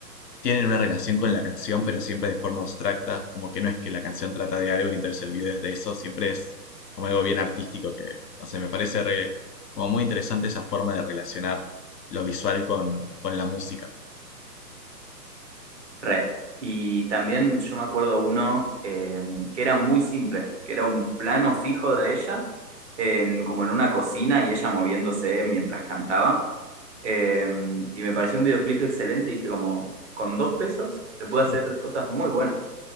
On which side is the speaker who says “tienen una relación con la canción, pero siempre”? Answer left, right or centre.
Left